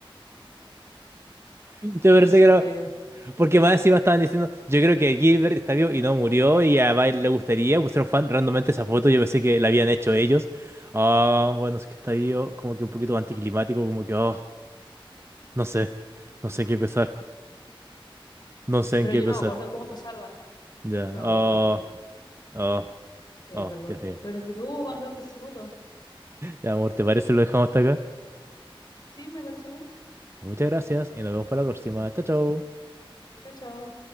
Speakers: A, on the right; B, on the left.
A: <laughs> Yo
B: No,
A: pensé
B: sí
A: que era
B: está vivo.
A: Porque más encima estaban diciendo, yo creo que Gilbert está vivo y no murió y a Bile le gustaría. Pusieron fan randommente esa foto, yo pensé que la habían hecho ellos. Ah, bueno, es que está vivo, como que un poquito anticlimático, como que, oh, no sé, no sé en qué pensar, no sé en
B: Pero
A: qué
B: yo
A: pensar.
B: no me acuerdo cómo lo salvan.
A: Ya,
B: Yo no me
A: oh,
B: acuerdo.
A: oh,
B: Sí,
A: oh,
B: perdón.
A: Dios mío.
B: Pero es que tú mandaste esa foto.
A: Ya, amor, ¿te parece si lo dejamos hasta acá?
B: Sí, me parece bien.
A: Muchas gracias y nos vemos para la próxima. Chao, chao.
B: Chao, chao.